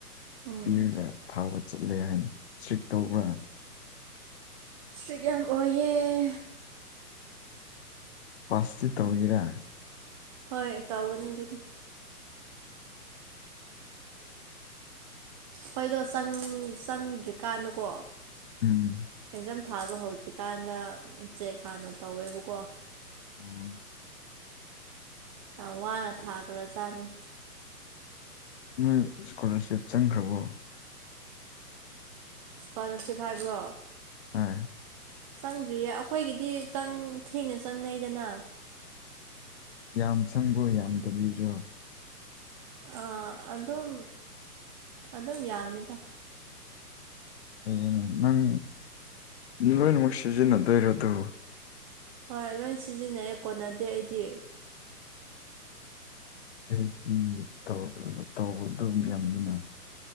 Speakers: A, on the right; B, on the left.
A: ꯎꯝ
B: ꯄꯤꯔꯒ ꯊꯥꯕ ꯆꯠꯂꯦ ꯍꯥꯏꯅ ꯁ꯭ꯔꯤꯛ ꯇꯧꯕ꯭ꯔꯥ
A: ꯁꯔꯤꯛ ꯌꯥꯝ ꯑꯣꯏꯌꯦꯦ
B: ꯄꯥꯁꯇꯤ ꯇꯧꯈꯤꯔꯦ
A: ꯍꯣꯏ ꯇꯧꯒꯅꯤ ꯑꯗꯨꯗꯤ ꯍꯣꯏꯗꯣ ꯆꯪꯗ꯭ꯔꯤꯀꯥꯟꯗꯀꯣ
B: ꯎꯝ
A: ꯑꯦꯛꯖꯥꯝ ꯊꯥꯕ ꯍꯧꯗ꯭ꯔꯤꯀꯥꯟꯗ ꯆꯦꯛ ꯍꯥꯟꯅ ꯇꯧꯋꯦꯕꯀꯣ
B: ꯑꯣ
A: ꯌꯥꯝ ꯋꯥꯅ ꯊꯥꯈ꯭ꯔꯖꯥꯠꯅꯤ
B: ꯅꯣꯏ ꯏꯁꯀꯣꯂꯥꯔꯁꯤꯞ ꯆꯪꯈ꯭ꯔꯕꯣ
A: ꯏꯁꯀꯣꯂꯔꯁꯤꯞ ꯍꯥꯏꯕ꯭ꯔꯣ
B: ꯍꯥꯏ
A: ꯆꯪꯗ꯭ꯔꯤꯌꯦ ꯑꯩꯈꯣꯏꯒꯤꯗꯤ ꯊꯦꯡꯅ ꯆꯪꯅꯩꯗꯅ
B: ꯌꯥꯝ ꯆꯪꯕꯣ ꯌꯥꯝ ꯇꯕꯤꯔꯣ
A: ꯑ ꯑꯗꯨꯝ ꯑꯗꯨꯝ ꯌꯥꯝꯃꯤꯗ
B: ꯍꯌꯦꯅꯦ ꯅꯪ ꯂꯣꯏꯅꯃꯛ ꯁꯤꯖꯤꯟꯅꯗꯣꯏꯔꯣ ꯑꯗꯨ
A: ꯍꯣꯏ ꯂꯣꯏ ꯁꯤꯖꯤꯟꯅꯩ ꯀꯣꯟꯅꯗꯦ ꯑꯩꯗꯤ
B: ꯑꯩꯒꯤ ꯇꯧꯕꯗꯨ ꯌꯥꯝꯗꯨꯅ